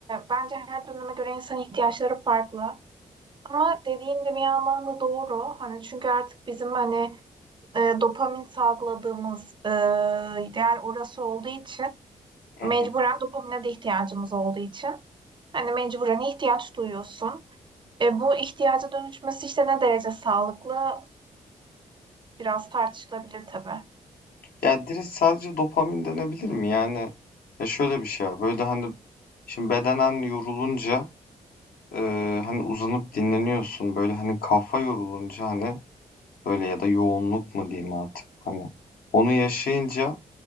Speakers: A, on the right; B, on the left.
A: bence her döneme göre insan ihtiyaçları farklı. Ama dediğin de bir yandan da doğru. Hani çünkü artık bizim hani e, dopamin salgıladığımız e, değer orası olduğu için
B: Hı
A: mecburen
B: hı.
A: dopamine de ihtiyacımız olduğu için hani mecburen ihtiyaç duyuyorsun. E, bu ihtiyaca dönüşmesi işte ne derece sağlıklı biraz tartışılabilir tabii.
B: Ya direkt sadece dopamin denebilir mi? Yani ya şöyle bir şey var. Böyle hani şimdi bedenen yorulunca e, hani uzanıp dinleniyorsun. Böyle hani kafa yorulunca hani böyle ya da yoğunluk mu diyeyim artık hani onu yaşayınca